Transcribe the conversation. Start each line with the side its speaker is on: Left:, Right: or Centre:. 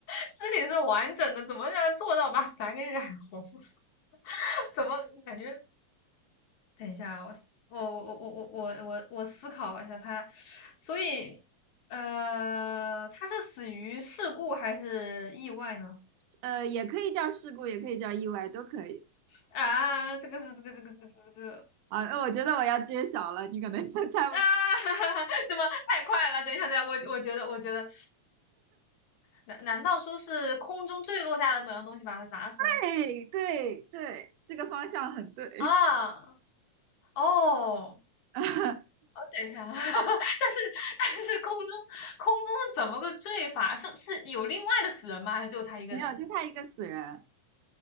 Left: 尸体是完整的，怎么能做到把伞给染红？<laughs> 怎么感觉？等一下啊，我我我我我我我我思考一下他，所以呃，他是死于事故还是意外呢？
Right: 呃，也可以叫事故，也可以叫意外，都可以。
Left: 啊，这个是这个这个这个这个，
Right: 啊，那我觉得我要揭晓了，你可能就 <laughs> 猜不出。
Left: 啊，<laughs> 怎么太快了？等一下，等一下，我我觉得，我觉得，难难道说是空中坠落下来的某样东西把它砸死了？
Right: 对对对，这个方向很对，
Left: 啊，哦，
Right: <laughs>
Left: 哦，等一下，<laughs> 但是但是空中空中是怎么个坠法？是是有另外的死人吗？还是只有他一个人？
Right: 没有，就他一个死人。